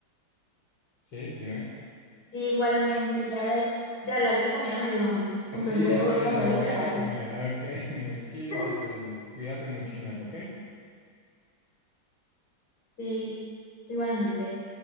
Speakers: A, on the left; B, on the left.
A: Sí, dime.
B: igualmente, ya de, de hablar de comida me dio hambre,
A: Sí,
B: entonces voy
A: por
B: a bu-
A: eso,
B: bajar a buscar
A: voy a ir
B: algo.
A: a comer, ok, <laughs> muchísimas
B: <laughs>
A: gracias, cuídate mucho, Inelva, ok.
B: Sí, igualmente.